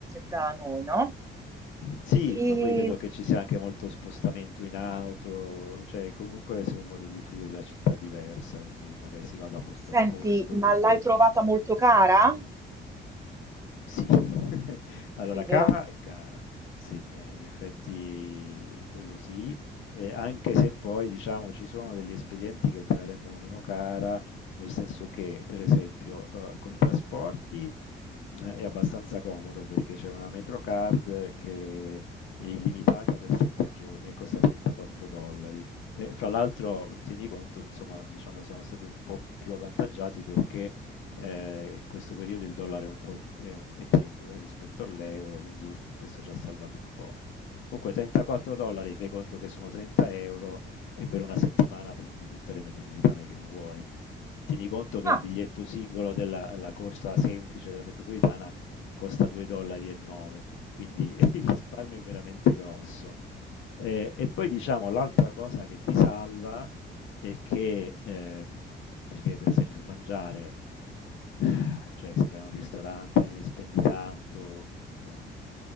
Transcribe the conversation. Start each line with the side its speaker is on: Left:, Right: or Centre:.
Right: da noi, no?
Left: Sì,
Right: E
Left: ma poi credo che ci sia anche molto spostamento in auto, cioè comunque sia un modo di fruire la città diversa, quindi magari si va da posto
Right: senti,
Left: a posto,
Right: ma l'hai
Left: poi
Right: trovata molto cara?
Left: Sì, <laughs> allora
Right: Sì, vero?
Left: cara è cara, sì, eh, in effetti quello sì, eh, anche se poi diciamo ci sono degli espedienti che te la rendono meno cara, nel senso che per esempio eh, con i trasporti eh, è abbastanza comodo perché c'è una Metrocard che è illimitata per 7 giorni e costa 34 dollari. E fra l'altro tieni conto, insomma, diciamo siamo stati un po' più avvantaggiati perché eh, in questo periodo il dollaro è un po' è, è debole rispetto all'euro, quindi questo ci ha salvato un po'. Comunque 34 dollari, fai conto che sono 30 euro e per una settimana prendi tutte le metropolitane che vuoi. Tieni conto che
Right: Ah,
Left: il biglietto singolo della la corsa semplice della metropolitana costa 2,9 dollari, e nove, quindi <laughs> il risparmio è veramente grosso. Eh, e poi diciamo l'altra cosa che ti salva e che ehm, perché per esempio il mangiare, <sighs> cioè se vai a un ristorante spendi tanto, ehm,